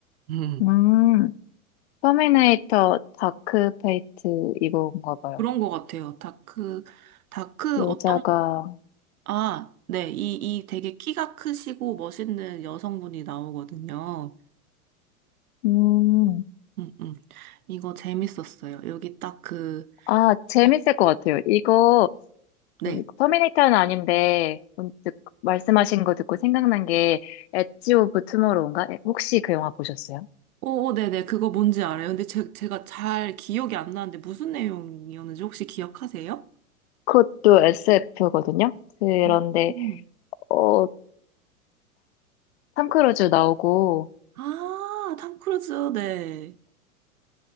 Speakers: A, on the right (about 70°); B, on the left (about 45°).
A: <laughs> 음,
B: 음, 터미네이터 다크 페이트 이거인가 봐요.
A: 그런 것 같아요. 다크, 다크
B: 여자가,
A: 어떤, 아, 네, 이, 이 되게 키가 크시고 멋있는 여성분이 나오거든요.
B: 음,
A: 음, 음. 이거 재밌었어요. 여기 딱 그,
B: 아, 재밌을 것 같아요. 이거,
A: 네.
B: 그 터미네이터는 아닌데 문득 말씀하신 거 듣고 생각난 게 엣지 오브 투모로우인가? 혹시 그 영화 보셨어요?
A: 오, 네네. 그거 뭔지 알아요. 근데 제, 제가 잘 기억이 안 나는데 무슨 내용이었는지 혹시 기억하세요?
B: 그것도 SF거든요. 그런데
A: 음.
B: 어, 탐 크루즈 나오고
A: 아, 탐 크루즈, 네.